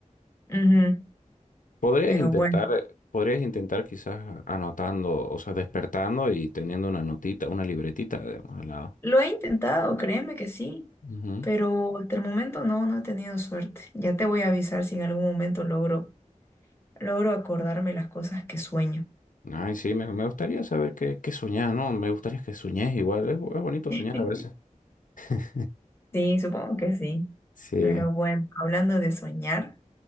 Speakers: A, on the left; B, on the left.
A: ujú,
B: podrías
A: pero
B: intentar,
A: bueno,
B: podrías intentar quizás anotando, o sea, despertando y teniendo una notita, una libretita, digamos, al lado.
A: lo he intentado, créeme que sí,
B: Ujú.
A: pero hasta el momento no, no he tenido suerte. Ya te voy a avisar si en algún momento logro, logro acordarme las cosas que sueño.
B: Ay, sí, me, me gustaría saber qué, qué soñás, ¿no? Me gustaría que soñés igual, es, es bonito
A: <laughs>
B: soñar a veces. <laughs>
A: Sí, supongo que sí.
B: Sí,
A: Pero bueno, hablando de soñar,